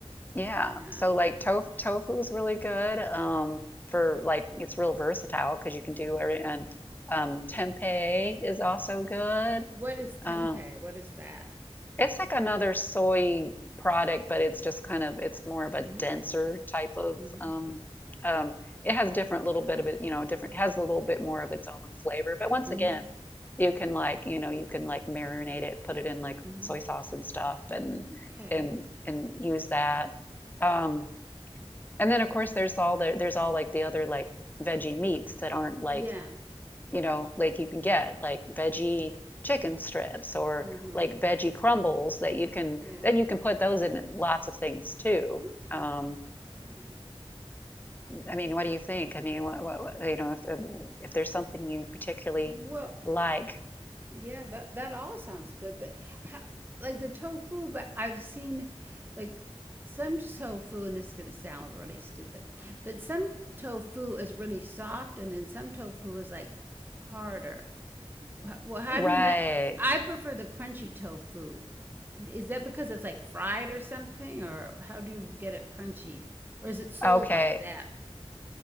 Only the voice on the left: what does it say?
Yeah.
So like tof tofu is really good um for like it's real versatile because you can
do every and um tempeh is also good.
Uh,
it's like another soy product, but it's just kind of it's more of a
denser type of
um um it has different little bit of it, you know, different it has a little bit more of its own flavor. But once
again, you can like, you know, you can like marinate it, put it in like
soy sauce and stuff and
and and use that. Um and then of course there's all the there's all like the other like veggie meats that aren't like,
you know, like you can get like veggie chicken strips or
like veggie crumbles that you can
then you can put those in lots of things too.
Um,
I mean, what do you think? I mean, what, what, what- you know, if if there's something you particularly
like,
right?
Okay.